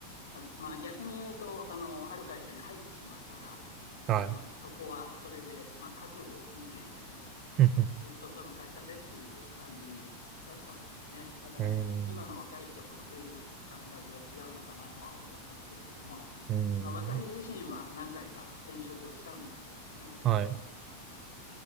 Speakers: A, on the left; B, on the right.
A: ままあ、逆に言うとあの、ある会社に入ってしまったら、
B: はい。
A: もうそこはそれで、まあ、覚悟を決めてですね、
B: <laughs> ふんふん
A: ずっとその会社でっていう感じだったんですね。だから今の若い人とは随分感覚が違うのかなとは思うんですけれども、
B: うーん。うーん。
A: まあ、私自身は何回か転職をしたんですけれどもね、それでも。
B: はい。